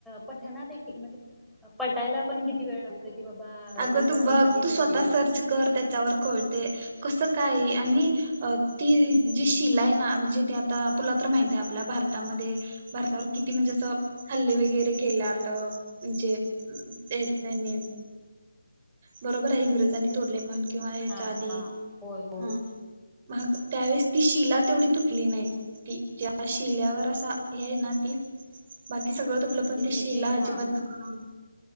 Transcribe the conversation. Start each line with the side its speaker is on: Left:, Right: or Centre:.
Centre: पठना देखील, म्हणजे पटायला पण किती कती वेळ लागतो कि बाबा,
Right: अगं
Centre: ए
Right: तू बघ
Centre: एखादे
Right: तू स्वतः
Centre: नदी
Right: सर्च कर त्याच्यावर कळतय, कस काय आणि अ ती जी शिलाय ना म्हणजे, ते आता तूला तर माहती आहे, आपल्या भारतामध्ये भारतावर किती म्हणजे असं, हल्ले वगैरे केल्यात, म्हणजे तेच त्यांनी बरोबर आहे, इंग्रजांनी तोडले म्हण किंवा ह्याच्या
Centre: हा
Right: आधी,
Centre: हा होय होय.
Right: हम्म मग त्यावेळेस ती शिला तेवढी तुटली नाही, ती ज्या शिल्यावर असा हे ना ती, बाकी सगळं तुटलं,
Centre: हा म्हणजे
Right: पण ती
Centre: तिथे
Right: शिला अजिबात
Centre: हा
Right: दखला